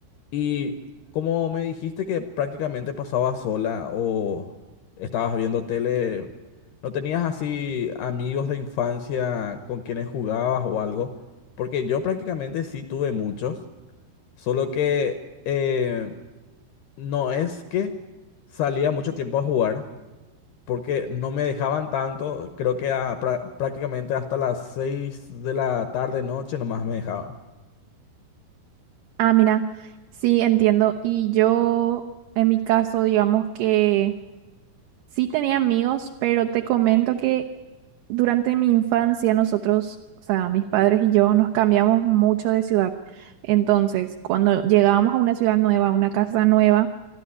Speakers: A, on the left; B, on the right.
A: Y como me dijiste que prácticamente pasabas sola o estabas viendo tele, ¿no tenías así amigos de infancia con quienes jugabas o algo? Porque yo prácticamente sí tuve muchos, solo que eh, no es que salía mucho tiempo a jugar, porque no me dejaban tanto, creo que a prá- prácticamente hasta las 6 de la tarde, noche nomás me dejaban.
B: Ah, mira, sí, entiendo. Y yo, en mi caso, digamos que sí tenía amigos, pero te comento que... Durante mi infancia nosotros, o sea, mis padres y yo nos cambiamos mucho de ciudad. Entonces, cuando llegábamos a una ciudad nueva, a una casa nueva,